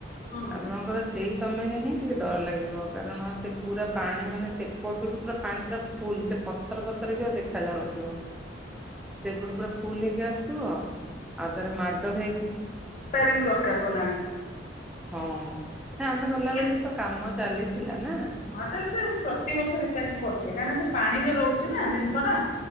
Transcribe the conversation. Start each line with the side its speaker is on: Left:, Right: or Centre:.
Left: ହୁଁ
Centre: ଆପଣଙ୍କର ଶ ସେଇ ସମୟରେ ହିଁ ଟିକେ ଡର ଲାଗିବ। କାରଣ ସେ ପୁରା ପାଣି ମାନେ ସେପଟରୁ ପୁରା ପାଣି ପୁରା ଫୁଲ ସେ ପଥର ପଥର ବି ଆଉ ଦେଖା ଯାଉନଥିବ। ସେପଟେ ପୁରା ଫୁଲ ହେଇକି ଆସ ଥିବ ଆଉ ତାରେ ମାଡ ହେଇକି
Left: ରିପ୍ୟାରିଂ ଦରକାର କଲାଣି।
Centre: ହଁ ନା ଆମେ ଗଲା
Left: ଟିକେ
Centre: ବେଳେକୁ ତ କାମ ଚାଲିଥିଲା ନା।
Left: ହଁ ତାହେଲେ ସେ ପ୍ରତିବର୍ଷ ରିପାରିଂ କରୁଥିବେ। କାହିଁକିନା ସେ ପାଣିରେ ରହୁଛି ନା ଜିନିଷ ଟା।